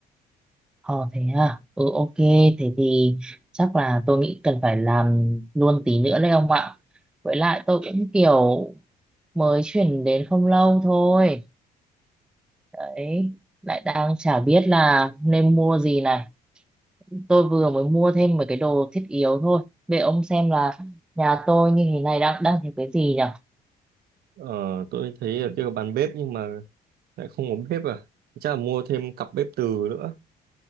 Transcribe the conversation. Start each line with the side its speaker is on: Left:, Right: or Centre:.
Centre: Ồ thế à ừ ok thế thì chắc là tôi nghĩ cần phải làm luôn tí nữa đấy ông ạ với lại tôi cũng kiểu mới chuyển đến không lâu thôi đấy lại đang chả biết là nên mua gì này tôi vừa mới mua thêm mấy cái đồ thiết yếu thôi để ông xem là nhà tôi như thế này đang đang thiếu cái gì nhỉ
Right: Ờ, tôi thấy ở kia có bàn bếp nhưng mà lại không có bếp à chắc là mua thêm cặp bếp từ nữa